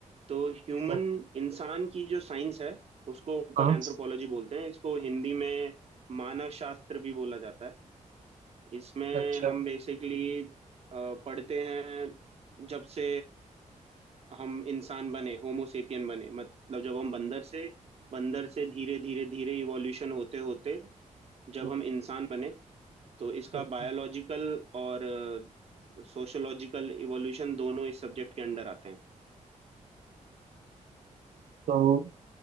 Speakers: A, on the right (about 50°); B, on the right (about 80°).
A: तो ह्यूमन
B: अच्छा,
A: इंसान की जो साइंस है उसको ओपन
B: हाँ
A: एंथ्रोपोलॉजी बोलते हैं इसको हिंदी में मानव शास्त्र भी बोला जाता है इसमें
B: अच्छा
A: हम बेसिकली पढ़ते हैं जब से हम इंसान बने होमोसेपियन बने मतलब जब हम बंदर से बंदर से धीरे धीरे धीरे इवोल्यूशन होते होते जब
B: हम्म,
A: हम इंसान बने तो इसका
B: अच्छा।
A: बायोलॉजिकल और सोशोलॉजिकल इवोल्यूशन दोनों इस सब्जेक्ट के अंडर आते हैं
B: तो